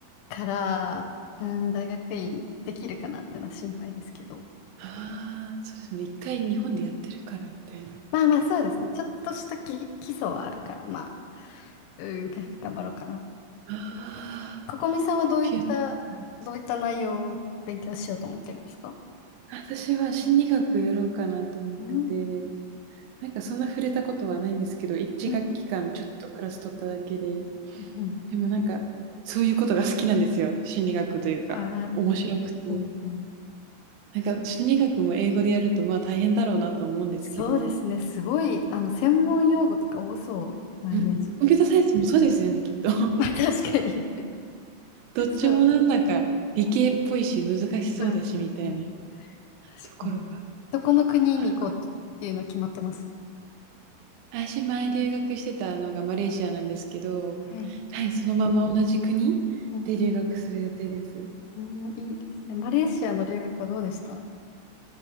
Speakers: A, on the left; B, on the right.
A: から、うん、大学院できるかなっていうのは心配ですけど。
B: ああ、そうです。もう一回日本でやってるからみたいな。
A: まあまあそうですね。ちょっとしたき基礎はあるから、まあ、うん、頑張ろうかな。
B: ああ、
A: ここみさんはどういった、
B: コンピューターね。
A: どういった内容を勉強しようと思ってるんですか
B: 私は心理学やろうかなと思ってて、
A: うん。
B: なんかそんな触れたことはないんですけど、一学期間ちょっとクラス取っただけで、
A: うん。うんうん。
B: でもなんか、そういうことが好きなんですよ。心理学というか、
A: あー、
B: 面白くて。
A: うんうん。
B: なんか心理学も英語でやると、まあ、大変だろうなと思うんですけど、
A: そうですね。すごい、あの、専門用語とか多そうなイメージ。
B: うん。コンピューターサイエンスもそうですよね、きっと。
A: <laughs> まあ、確かに <laughs>
B: <laughs> どっちもなんだか理系っぽいし、
A: そう。
B: 難しそうだしみたいな
A: うん、うん、うん。確かに。
B: ところが
A: どこの国に行こうっていうのは決まってます。
B: あるかも。私、前留学してたのがマレーシアなんですけど、
A: はい。
B: はい、そのまま同じ国で留学する予定です。
A: うん、うん、いいですね。マレーシアの留学はどうでした